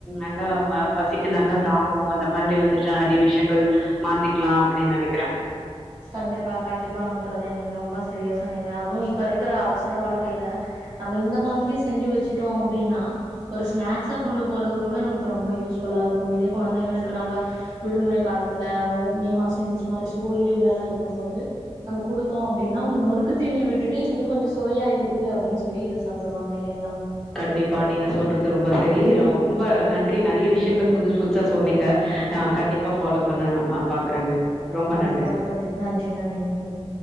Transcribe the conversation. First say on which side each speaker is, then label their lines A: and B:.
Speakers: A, in the centre; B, on the right.
A: அந்த ப பசிக்கு நல்லா தாங்கு அந்த மாதிரி வந்துட்டு நெறைய விஷயங்கள் மாத்திக்கலா அப்டின்னு நெனைக்கிறே
B: கண்டிப்பா கண்டிப்பாக தோழி நீங்க ரொம்ப சரியாக சொன்னீங்க அதுவு இப்போ இருக்கிற அவசர வாழ்க்கைல நம்ம இந்த மாதிரி செஞ்சு வச்சுட்டோ அப்டின்னா ஒரு ஸ்நாக்ஸா கொண்டு போறது கூட நமக்கு ரொம்ப யூஸ்ஃபுல்லா இருக்கும் இதே கொழந்தைங்களுக்கு நம்ம விடுமுறை காலத்துல அவங்க மே மாசோ இந்த மாரி ஸ்கூல் லீவ்லல்லா இருக்கும் போது நம்ம குடுத் தோ அப்டினா அவங்க நொறுக்கு தீனிய விட்டுட்டு இது கொஞ்சொ சுவையா இருக்கு அப்டின்னு சொல்லி இத சாப்புடுவாங்க இல்லைங்களா
A: கண்டிப்பா நீங்க சொல்றது ரொம்ப சரி ரொம்ப நன்றி நெறைய விஷயங்கள் புதுசு புதுசா சொன்னீங்க அ கண்டிப்பா ஃபாலோ பண்ண ம பாக்குறேங்க ரொம்ப
B: கண்டிப்பாங்க
A: நன்றி
B: தோழி நன்றி நன்றிங்க தோழி